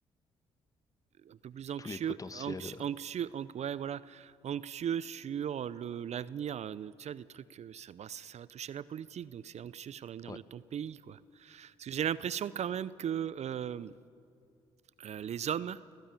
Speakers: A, on the right; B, on the left.
A: un peu plus anxieux
B: Tous les potentiels.
A: anxieux
B: euh,
A: anxieux an- ouais voilà, anxieux sur le l'avenir, euh, tu vois des trucs euh, ça, bah, ça ça va toucher à la politique donc c'est anxieux sur l'avenir
B: Ouais,
A: de ton pays quoi. Parce que j'ai l'impression quand même que euh, euh, les hommes